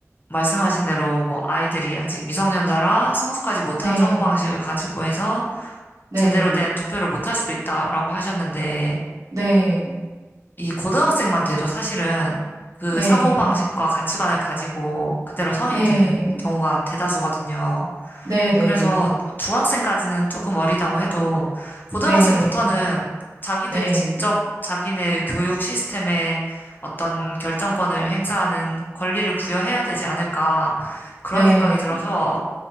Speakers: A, on the left; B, on the right.
A: 말씀하신 대로 뭐 아이들이 아직 미성년자라 성숙하지 못한
B: 네,
A: 사고방식을 가지고 해서
B: 네,
A: 제대로 된 투표를 못할 수도 있다라고 하셨는데
B: 네,
A: 이 고등학생만 돼도 사실은 그
B: 네,
A: 사고방식과 가치관을 가지고 그대로 성인이
B: 네,
A: 되는 경우가 대다수거든요.
B: 네, 네, 네,
A: 그래서 중학생까지는 조금 어리다고 해도 고등학생부터는
B: 네,
A: 자기들이
B: 네,
A: 직접 자기네의 교육 시스템에 어떤 결정권을 행사하는 권리를 부여해야 되지 않을까 그런
B: 네,
A: 생각이 들어서